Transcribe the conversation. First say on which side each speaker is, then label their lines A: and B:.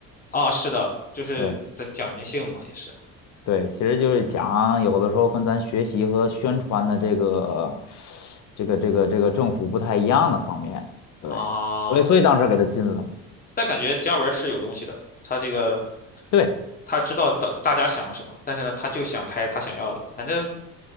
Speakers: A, on the left; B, on the left.
A: 哦，是的，就是在讲人性嘛，
B: 对
A: 也是，
B: 对，其实就是讲有的时候跟咱学习和宣传的这个
A: 嗯
B: <sucks teeth> 这个这个这个政府不太一样的方面，对，
A: 啊，
B: 所以所以当时给他禁了嘛。
A: 但感觉姜文是有东西的，他这个
B: 对。
A: 他知道大大家想要什么，但是呢，他就想拍他想要的，反正